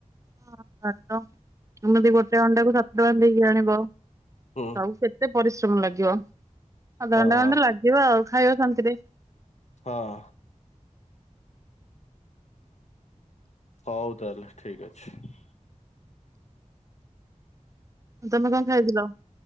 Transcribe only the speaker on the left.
ହୁଁ
ହଁ
ହଁ।
ହଁ। ହଉ ତାହେଲେ ଠିକ ଅଛି।